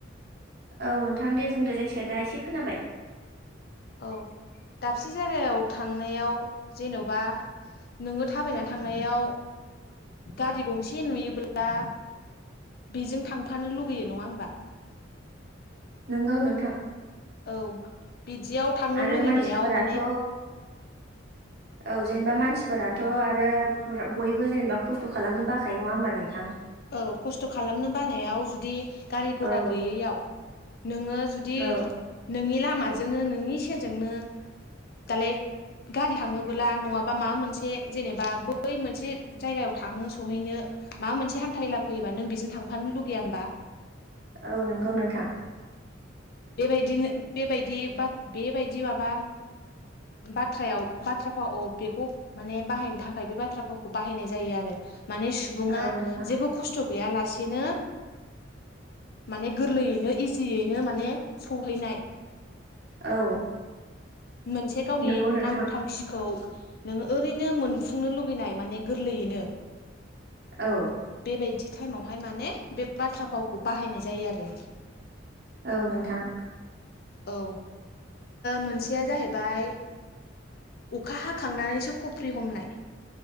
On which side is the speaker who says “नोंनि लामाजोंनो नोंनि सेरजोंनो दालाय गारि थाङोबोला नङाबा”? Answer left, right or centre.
Left